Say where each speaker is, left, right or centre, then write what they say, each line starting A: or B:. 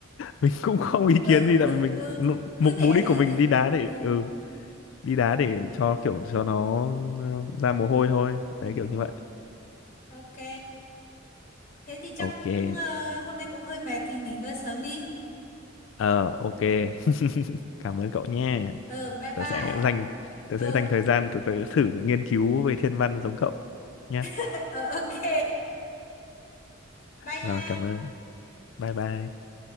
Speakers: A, on the left; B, on the left.
A: mình cũng không ý
B: Ừ,
A: kiến gì tại
B: đúng,
A: vì mình
B: ừ. Vui
A: mục
B: vẻ
A: mục đích của
B: chứ
A: mình
B: thì
A: đi đá
B: phải
A: để
B: ừ.
A: ừ đi đá để cho kiểu cho nó ừ, ra mồ hôi thôi đấy
B: Ừ.
A: kiểu như vậy
B: Ok. Thế thì chắc
A: ok
B: cũng ờ, hôm nay cũng hơi mệt thì nghỉ ngơi sớm đi.
A: ờ ok <laughs> cảm ơn cậu nha
B: Ừ, bye
A: tớ
B: bye.
A: sẽ dành tớ
B: Ừ,
A: sẽ dành thời gian tớ, tớ thử nghiên cứu về thiên văn giống cậu nhé
B: <laughs> ừ ok. Bye
A: rồi
B: nha.
A: cảm ơn bye bye